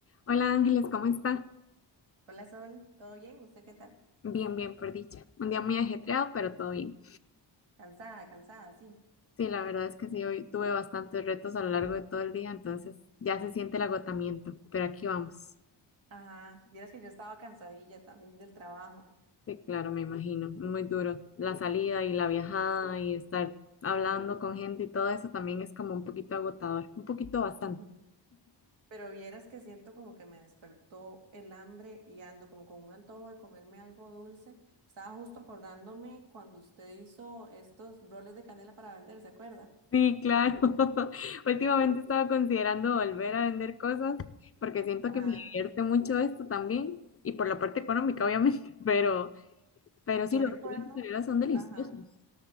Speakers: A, on the left; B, on the right.
A: Hola Ángeles, ¿cómo está?
B: Hola Sol, ¿todo bien? ¿Usted qué tal?
A: Bien, bien, por dicha. Un día muy ajetreado, pero todo bien.
B: Cansada, cansada, sí.
A: Sí, la verdad es que sí, hoy tuve bastantes retos a lo largo de todo el día, entonces ya se siente el agotamiento, pero aquí vamos.
B: Ajá, vieras que yo estaba cansadilla también del trabajo.
A: Sí, claro, me imagino, muy duro. La salida y la viajada y estar hablando
B: Sí.
A: con gente y todo eso también es como un poquito agotador, un poquito bastante.
B: Ujú. Pero vieras que siento como que me despertó el hambre y ando como con un antojo de comerme algo dulce. Estaba justo acordándome cuando usted hizo estos roles de canela para vender, ¿se acuerda?
A: Sí, claro. <laughs> Últimamente estaba considerando volver a vender cosas porque siento
B: Ajá.
A: que me divierte mucho esto también y por la parte económica, obviamente, <laughs> pero... Pero
B: Yo
A: sí, los
B: recuerdo,
A: rollos de canela son deliciosos.
B: ajá.